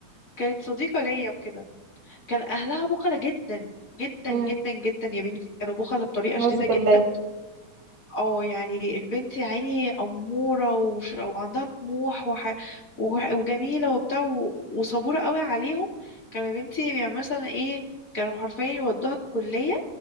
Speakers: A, on the left; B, on the right.
A: كانت صديقة ليا وكده كان اهلها بخلة جدا جدا
B: امم
A: جدا جدا يا بنتي كانوا بخلة بطريقة شديدة
B: أعوذ بالله
A: جدا اه يعني البنت يا عيني أمورة وش... وعندها طموح وح... وح... وجميلة وبتاع و... وصبورة قوي عليهم كانوا يا بنتي يعني مثلا ايه كانوا حرفيا يودوها الكلية